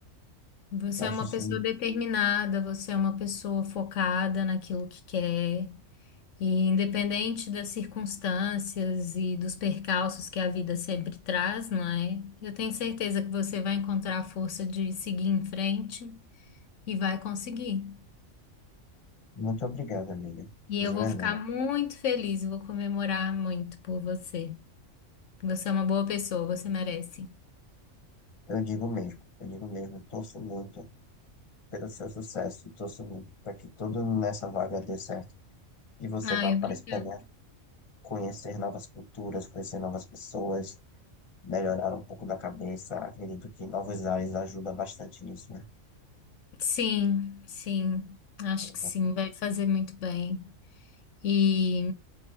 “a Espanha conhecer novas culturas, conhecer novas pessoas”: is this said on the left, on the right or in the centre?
Left